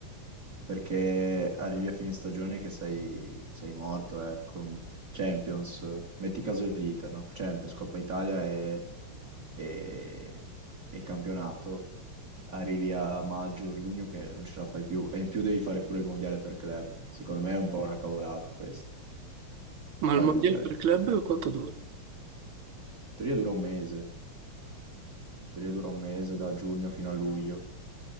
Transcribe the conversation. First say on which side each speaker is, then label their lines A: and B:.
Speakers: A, on the right; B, on the right.
A: perché arrivi a fine stagione che sei, sei morto, eh, con Champions, metti caso l'Inter, no? Champions, Coppa Italia e, e- e campionato, arrivi a maggio, giugno che non ce la fai più, e in più devi fare pure il mondiale per club, secondo me è un po' una cavolata questo,
B: Ma il
A: fare
B: mondiale
A: il mondiale
B: per
A: per
B: club
A: club. In
B: quanto dura?
A: teoria dura un mese, in teoria dura un mese da giugno fino a luglio,